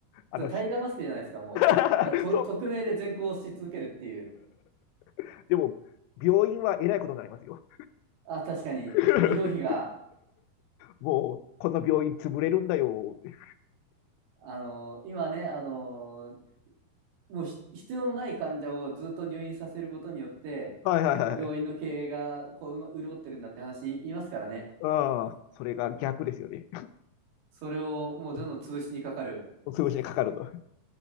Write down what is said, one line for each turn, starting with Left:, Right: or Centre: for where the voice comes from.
Left: あの、
Right: それタイガーマスクじゃないですか、
Left: し
Right: もう。
Left: <laughs>
Right: あ、と、
Left: そう、
Right: 匿名で善行し続けるっていう。
Left: <laughs> でも、病院はえらいことになりますよ。
Right: あ、確かに、
Left: <laughs>
Right: 医療費が、
Left: もう、この病院潰れるんだよって。
Right: あのー今ね、あのもうひ必要のない患者をずっと入院させることによって、
Left: はいはいはい。
Right: 病院の経営がこううま潤ってるんだって話言いますからね。
Left: うん。それが逆ですよね。
Right: それをもうどんどん潰しにかかる。
Left: <laughs> 潰しにかかるの。<laughs>